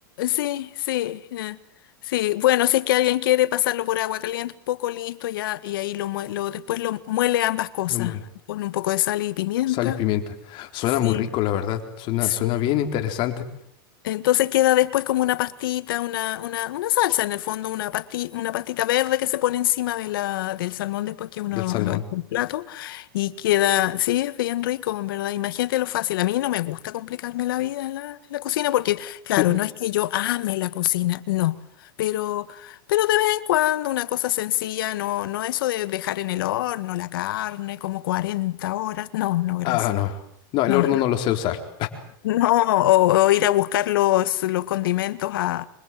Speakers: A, on the left; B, on the left.
A: sí, sí, eh, sí. Bueno, si es que alguien quiere pasarlo por agua caliente, un poco listo ya, y ahí lo, mue- lo después lo muele ambas cosas.
B: no muele.
A: Pone un poco de sal y pimienta.
B: Sal y pimienta. Suena
A: Sí,
B: muy rico, la verdad. Suena,
A: sí.
B: suena bien interesante
A: Entonces queda después como una pastita, una, una, una salsa en el fondo, una pasti- una pastita verde que se pone encima de la, del salmón después que uno
B: del salmón.
A: lo echa en plato y queda, sí, es bien rico, en verdad. Imagínate lo fácil. A mí no me gusta complicarme la vida en la, en la cocina porque, claro,
B: Sí.
A: no es que yo ame la cocina, no. Pero, pero de vez en cuando una cosa sencilla, no, no eso de dejar en el horno la carne como 40 horas. No, no, gracias.
B: Ah, no. No, el
A: No,
B: horno
A: no.
B: no lo sé usar.
A: No, o, o ir a buscar los, los condimentos a,